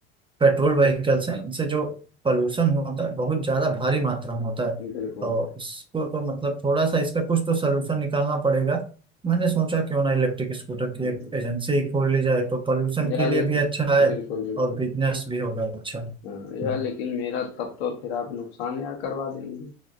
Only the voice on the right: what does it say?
petrol vehicles हैं इनसे जो पोल्यूशन होता है बहुत ज्यादा भारी मात्रा में होता है
और इसको तो मतलब थोड़ा सा इसका कुछ तो सलूशन निकालना पड़ेगा मैंने सोचा क्यों ना इलेक्ट्रिक स्कूटर की
एक एजेंसी खोल ली जाए तो पोल्यूशन
के लिए
भी अच्छा है
और बिजनेस भी होगा अच्छा हम्म,